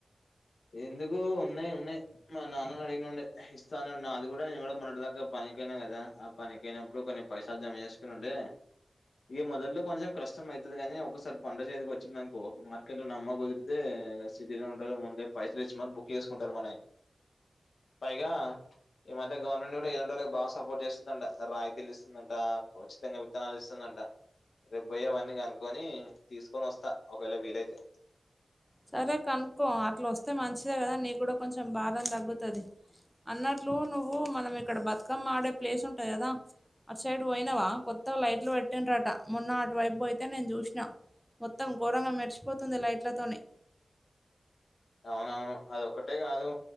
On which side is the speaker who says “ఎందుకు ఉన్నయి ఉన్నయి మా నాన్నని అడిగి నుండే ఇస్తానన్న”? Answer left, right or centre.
Left